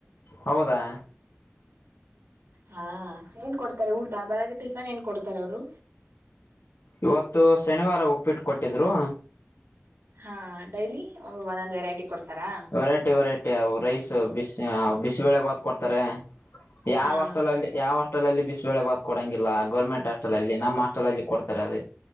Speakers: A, on the left (about 75°); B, on the right (about 75°).
A: ಹೌದಾ
B: ಹಾ ಏನ್ ಕೊಡ್ತಾರೆ ಊಟ ಬೆಳಗ್ಗೆ ಟಿಫನ್ ಏನ್ ಕೊಡ್ತಾರೆ ಅವರು
A: ಇವತ್ತು ಶನಿವಾರ ಉಪ್ಪಿಟ್ಟ ಕೊಟ್ಟಿದ್ರು
B: ಹಾ ಡೈಲಿ ಒಂದೊಂದ್ ವೆರೈಟಿ ಕೊಡ್ತಾರಾ.
A: ವೆರೈಟಿ ವೆರೈಟಿ ರೈಸ್ ಬಿಸ್ ಬಿಸ್ಬೇಳೆ ಭಾತ್ ಕೊಡ್ತಾರೆ ಯಾವ
B: ಹಾ
A: ಅಷ್ಟಲಲ್ಲಿ ಯಾವ ಹಾಸಲ್ಲ್ಲಿ ಬಿಸ್ಳೆ ಬಾ ಕೊಡಂಗಿಲ್ಲ ಗರ್ಮೆಟ್ ಹಾಸ್ಟೆ ಅಲ್ಲಿ ನಮ್ಮ ಹಾಸ್ಟಲ್ ಅಲ್ಲಿ ಕೊಡ್ತಾರೆ ಅದು